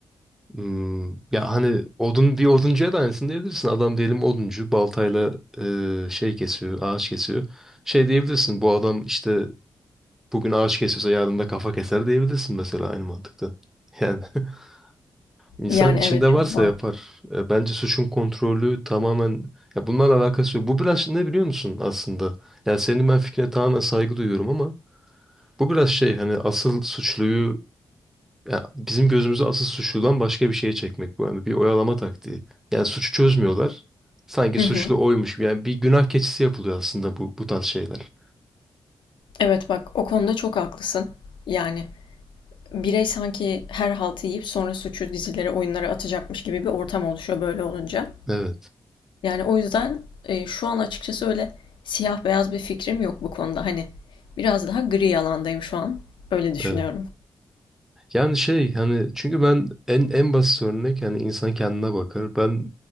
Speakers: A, in the centre; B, on the left.
A: hmm, ya hani odun bir oduncuya da aynısını diyebilirsin. Adam diyelim oduncu baltayla e, şey kesiyor, ağaç kesiyor. Şey diyebilirsin bu adam işte bugün ağaç kesiyorsa yarın da kafa keser diyebilirsin mesela aynı mantıkta. Yani <laughs> insan
B: Yani
A: içinde
B: evet çok
A: varsa
B: var.
A: yapar. E, bence suçun kontrolü tamamen ya bunlarla alakası yok. Bu biraz ne biliyor musun aslında? Ya senin ben fikrine tamamen saygı duyuyorum ama Bu biraz şey hani asıl suçluyu ya bizim gözümüzü asıl suçludan başka bir şeye çekmek bu yani bir oyalama taktiği. Yani suçu çözmüyorlar. Sanki
B: Hı
A: suçlu
B: hı.
A: oymuş gibi. yani bir günah keçisi yapılıyor aslında bu bu tarz şeyler.
B: Evet bak o konuda çok haklısın. Yani birey sanki her haltı yiyip sonra suçu dizilere, oyunlara atacakmış gibi bir ortam oluşuyor böyle olunca.
A: Evet,
B: Yani o yüzden e, şu an açıkçası öyle siyah beyaz bir fikrim yok bu konuda. Hani biraz daha gri alandayım şu an. Öyle düşünüyorum.
A: evet. Yani şey hani çünkü ben en en basit örnek hani insan kendine bakar. Ben